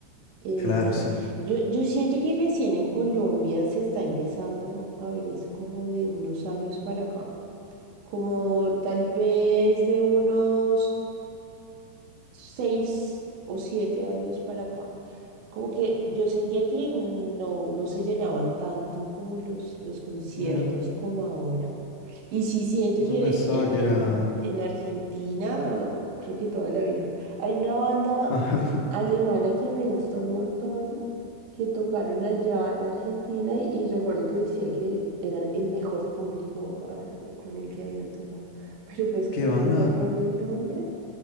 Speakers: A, on the right (about 80°); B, on the left (about 80°).
A: Eh,
B: Claro, sí.
A: yo, yo siento que recién en Colombia se está empezando a ver eso como de unos años para acá. como tal vez de unos seis o siete años para acá. Como que yo sentía que no, no se llenaban tanto como los, los conciertos
B: Mira,
A: como ahora. Y sí siento
B: yo
A: que
B: pensaba
A: e-
B: que
A: en,
B: era...
A: en Argentina, creo que toda la vida, hay una banda
B: <laughs>
A: alemana que me gusta un montón, que tocaron allá en Argentina y, y recuerdo que decía que eran el mejor público ah, con el que habían tocado. <laughs> Pero puedes creer
B: ¿Qué banda?
A: que no me acuerdo el nombre.